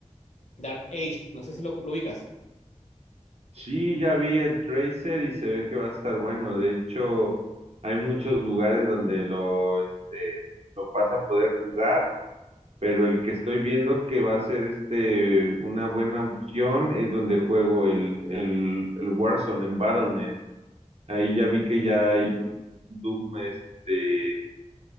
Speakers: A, on the left (about 65°); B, on the right (about 55°).
A: Dark Age. No sé si lo, lo ubicas.
B: Sí, ya vi el Tracer y se ve que va a estar bueno. De hecho, hay muchos lugares donde lo, este, lo vas a poder jugar. pero el que estoy viendo que va a ser este una buena opción es donde juego el, el, el Warzone en Battle.net. Ahí ya vi que ya hay un Doom, este,